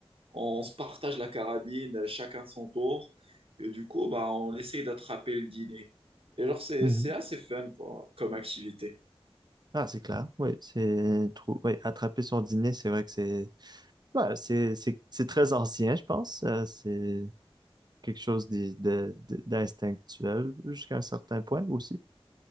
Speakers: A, on the right (about 65°); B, on the right (about 45°).
A: On se partage la carabine, chacun son tour. Et du coup, bah on essaye d'attraper le dîner. Et alors c'est
B: mhm.
A: c'est assez fun quoi, comme activité.
B: Ah, c'est clair. Oui, c'est trou- oui, attraper son dîner, c'est vrai que c'est ouais, c'est c'est c'est très ancien, je pense. Euh, c'est quelque chose d'in- de- de- d'instinctuel jusqu'à un certain point aussi.